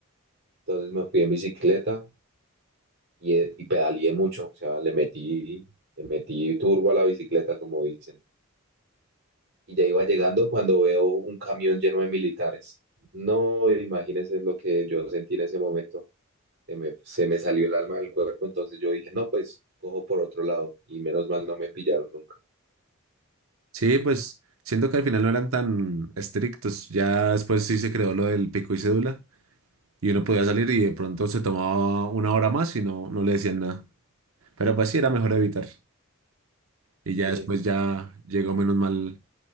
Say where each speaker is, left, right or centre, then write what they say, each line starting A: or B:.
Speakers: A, on the right; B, on the right.
A: entonces me fui en bicicleta y, eh, y pedaleé mucho, o sea, le metí, le metí turbo a la bicicleta, como dicen. Y ya iba llegando cuando veo un camión lleno de militares. No, imagínense lo que yo sentí en ese momento. Se me, se me salió el alma del cuerpo, entonces yo dije, no, pues cojo por otro lado y menos mal no me pillaron nunca.
B: Sí, pues siento que al final no eran tan estrictos. Ya después sí se creó lo del pico y cédula y uno podía salir y de pronto se tomaba una hora más y no, no le decían nada. Pero pues sí era mejor evitar. Y ya
A: Sí,
B: después ya llegó menos mal